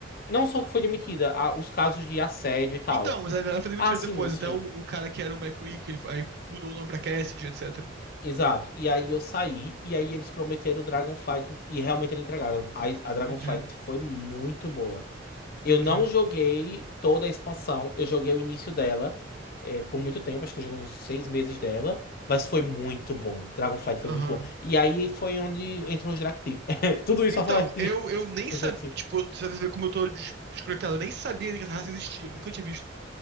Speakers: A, on the left; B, on the right.
A: Não só que foi demitida, a- os casos de assédio e tal.
B: Então, mas a galera foi demitida
A: Ah, sim,
B: depois,
A: sim.
B: até o, o cara que era o McCree, que ele, foi- aí mudou o nome pra Cassidy, etc.
A: Exato. E aí eu saí, e aí eles prometeram o Dragonflight, e realmente eles entregaram. A, a Dragonflight
B: Entendi,
A: foi muito boa. Eu
B: entendi.
A: não joguei toda a expansão, eu joguei o início dela, é, por muito tempo, acho que eu joguei uns seis meses dela, mas foi muito bom. Dragonflight foi
B: Aham.
A: muito bom. E aí foi onde entrou os Drakti. <laughs> Tudo isso
B: Então,
A: pra falar aqui.
B: eu, eu nem
A: Os
B: sabia,
A: Drakti.
B: tipo, você vê como eu tô des- desconectado, eu nem sabia que essa raça existia, nunca tinha visto.